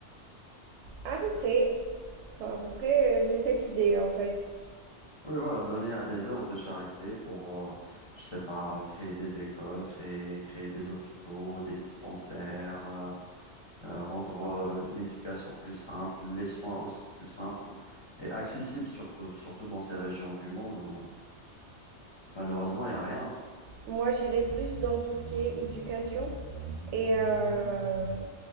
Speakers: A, on the right (about 80°); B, on the left (about 30°).
A: à peu près, enfin à peu près, euh, j'ai cette idée en fait.
B: Oui, voilà, donner à des œuvres de charité pour, euh, je sais pas, créer des écoles, créer, créer des hôpitaux, des dispensaires, euh, euh, rendre euh, l'éducation plus simple, les soins aussi plus simples et accessibles, surtout, surtout dans ces régions du monde où malheureusement il n'y a rien.
A: Moi, j'irai plus dans tout ce qui est éducation et euh,